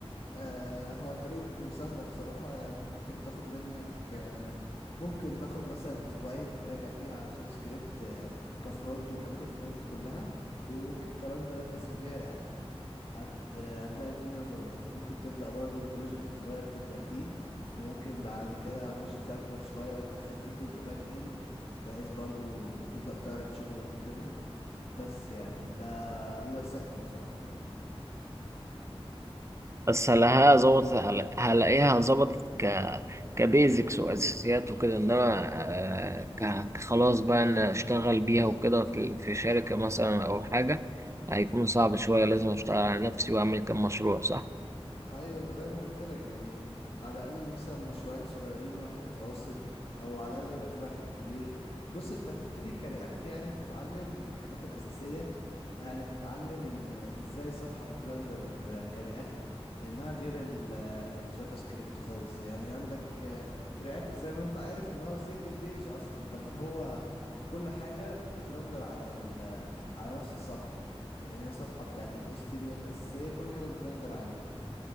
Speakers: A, on the left; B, on the right.
A: آه هو طريقته سهلة بصراحة يعني ممكن تاخد منك آه ممكن تاخد مثلا اسبوعين تراجع فيها على الجافا سكريبت آه كفرونت وحاجات الفرونت كلها وممكن كمان تلات اسابيع رياكت هت آه، هتلاقي الدنيا ظبطت ممكن تبدأ برضو ببروجكت صغير تبدأ فيه وممكن بعد كده بروجكت اكبر شوية وتدخل فيه جزء باك اند بحيث برضو تبدأ تعرض شغلك وكده بس يعني ده دي نصيحتي بصراحة
B: بس هلاقيها ظبطت هل- هلاقيها ظبطت ك كبيزكس واساسيات وكده انما آه، ك كخلاص بقى ان اشتغل بيها وكده في في شركة مثلا او حاجة هيكون صعب شوية لازم اشتغل على نفسي واعمل كام مشروع صح
A: ايوه زي ما قلت لك يعني على الاقل مثلا مشروعين صغيرين واحد متوسط او على الاقل يبقى في واحد كبير بص انت هتبتدي كرياكت يعني هتتعلم الحاجات الاساسيه يعني هتتعلم ان ازاي صفحه بترندر كرياكت لانها غير ال- الجافا سكريبت خالص يعني عندك رياكت زي ما انت عارف ان هو سنجل بيج اصلا فاللي هو كل حاجه بترندر على ال- على نفس الصفحه يعني هي صفحه بتاعت ال HTML الاساسيه كل حاجه بترندر عليها